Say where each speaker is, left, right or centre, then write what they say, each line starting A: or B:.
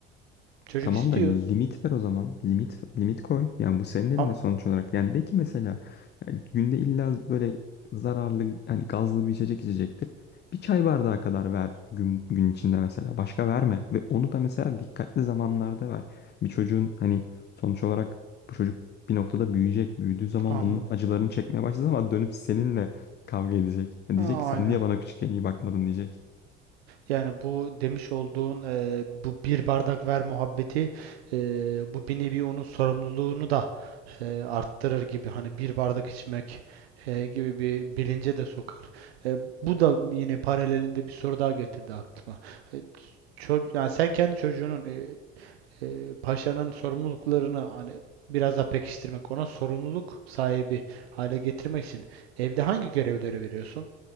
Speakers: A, on the right; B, on the left.
A: Çocuk
B: Tamam
A: istiyor.
B: da limit ver o zaman. Limit limit koy. Yani bu senin elinde
A: Ama
B: sonuç olarak. Yani de ki mesela yani günde illa böyle zararlı hani gazlı bir içecek içecektir. Bir çay bardağı kadar ver gün, gün içinde mesela. Başka verme. Ve onu da mesela dikkatli zamanlarda ver. Bir çocuğun hani sonuç olarak bu çocuk bir noktada büyüyecek. Büyüdüğü zaman
A: anladım.
B: bunun acılarını çekmeye başladığı ama dönüp seninle kavga edecek. Yani
A: Aa,
B: diyecek ki sen
A: Aynen.
B: niye bana küçükken iyi bakmadın diyecek.
A: Yani bu demiş olduğun e, bu bir bardak ver muhabbeti e, bu bir nevi onun sorumluluğunu da e, arttırır gibi hani bir bardak içmek e, gibi bir bilince de sokar. E, bu da yine paralelinde bir soru daha getirdi aklıma. E, ço- yani sen kendi çocuğunun e, e, paşanın sorumluluklarını hani biraz daha pekiştirmek, ona sorumluluk sahibi hale getirmek için evde hangi görevleri veriyorsun?